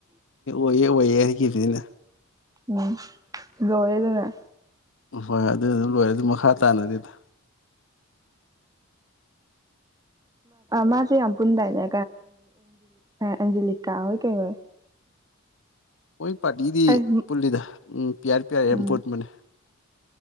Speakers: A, on the left; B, on the right.
A: ꯑꯣꯏꯌꯦ ꯑꯣꯏꯌꯦ ꯍꯥꯏꯈꯤꯕꯅꯤ ꯑꯩꯅ
B: ꯎꯝ ꯂꯣꯏꯔꯦꯗꯅ
A: ꯎꯝ ꯍꫭꯏ ꯍꫭꯏ ꯑꯗꯨ ꯑꯗꯨꯝ ꯂꯣꯏꯔꯦ ꯑꯗꯨ ꯃꯈꯥ ꯇꯥꯅꯗꯦꯗ
B: ꯃꯥꯁꯨ ꯌꯥꯝ ꯄꯨꯟꯗꯥꯏꯅꯦ ꯑꯦꯟꯖꯤꯂꯤꯀꯥ ꯍꯣꯏ ꯀꯩ ꯍꯣꯏ
A: ꯃꯣꯏ ꯄꯥꯔꯇꯤꯗꯤ
B: ꯑꯩ
A: ꯄꯨꯜꯂꯤꯗ ꯎ ꯄꯤꯌꯥꯔ ꯄꯤꯌꯥꯔ
B: ꯎꯝ
A: ꯌꯥꯝ ꯄꯨꯟꯕꯅꯦ